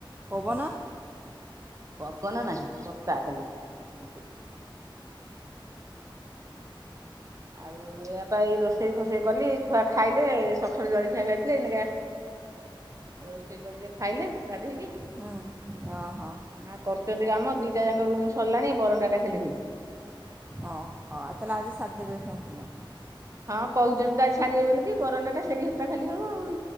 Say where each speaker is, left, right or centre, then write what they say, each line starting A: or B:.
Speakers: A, on the right; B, on the right.
A: ପବନ?
B: ପବନ ନାହିଁ ବର୍ଷା ଖାଲି ଉଠେଇଚି। ଆଉ ୟା ପାଇଁ ରୋଷେଇ ଫୋଷେଇ କଲି ଛୁଆ ଖାଇଲେ ସକାଳୁ ଜଳଖିଆ ଖାଇଥିଲେ। ଏଇନା ରୋଷେଇ କରିକି ଖାଇଲେ ଗାଧେଇକି।
A: ହୁଁ ଓହୋ
B: ଆ କରୁଛନ୍ତି କାମ ଦିଟା ଯାକ ରୁମ୍ ସରିଲାଣି ବରଣ୍ଡା ଟା ଖାଲି ହୋଉଛି।
A: ଓହୋ ତାହେଲେ ଆଜି ସାରି ଦେବେ ସମ୍ପୂର୍ଣ୍ଣ?
B: ହଁ କହୁଛନ୍ତି ତ ଆଜି ସାରିବେ କି ବରଣ୍ଡା ଟା ସେଢ଼ି ଘର ଟା ଖାଲି ହବ ଆଉ।